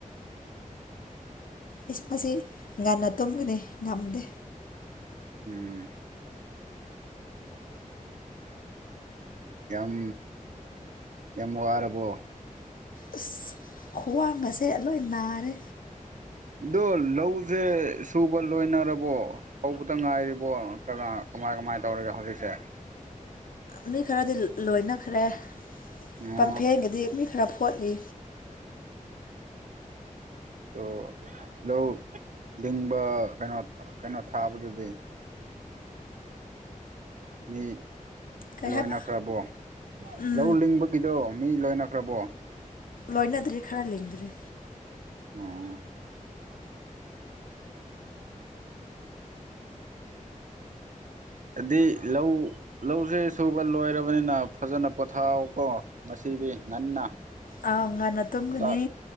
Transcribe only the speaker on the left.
ꯑꯦ ꯃꯁꯤ ꯉꯟꯅ ꯇꯨꯝꯒꯅꯤ ꯉꯝꯗꯦ
ꯑꯁ ꯈ꯭ꯋꯥꯡ ꯑꯁꯦ ꯂꯣꯏ ꯅꯥꯔꯦ
ꯃꯤ ꯈꯔꯗꯤ ꯂꯣꯏꯅꯈ꯭ꯔꯦ
ꯄꯝꯐꯦꯡꯒꯗꯤ ꯃꯤ ꯈꯔ ꯐꯣꯠꯂꯤ
ꯀꯩ
ꯍꯥꯏꯕ ꯎꯝ
ꯂꯣꯏꯅꯗ꯭ꯔꯤ ꯈꯔ ꯂꯤꯡꯗ꯭ꯔꯔꯤ
ꯑ ꯉꯥꯟꯟꯅ ꯇꯨꯝꯒꯅꯤ